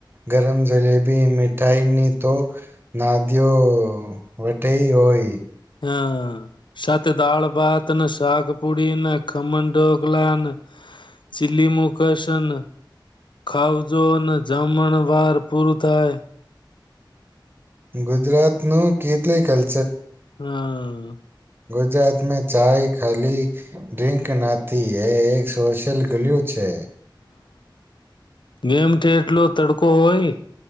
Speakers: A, on the right (about 25°); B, on the left (about 70°).
A: ગરમ જલેબી મીઠાઈની તો, નાદિઓ વટેઈ હોય.
B: હ સાથે દાળ ભાતને શાક પુડીને ખમણ ઢોકલાને, ચીલી મુ કસન, ખાવજો જમણ વાર પૂરું થાય.
A: ગુજરાતનું કેટલી કલ્
B: હમ.
A: ગુજરાતમાં ચાય ખાલી, ડ્રિંક ન હતી. એ એક સોશિયલ ગ્લ્યુ છે.
B: નેમઠેટલો તડકો હોય.